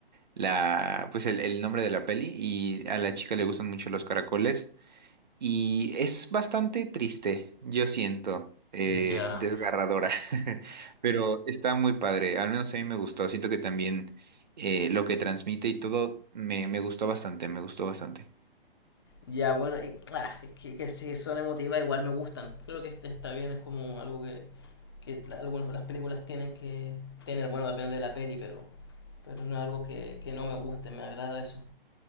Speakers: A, on the right; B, on the left.
A: la, pues el, el nombre de la peli. Y a la chica le gustan mucho los caracoles. Y es bastante triste, yo siento, eh,
B: Ya.
A: desgarradora. <laughs> Pero está muy padre. Al menos a mí me gustó. Siento que también eh, lo que transmite y todo me, me gustó bastante, me gustó bastante.
B: Ya, bueno, y, ah, es que, que sí, son emotivas, igual me gustan. Creo que este está bien, es como algo que, que la- algunas las películas tienen que tener. Bueno, depende de la peli, pero, pero no es algo que, que no me guste, me agrada eso.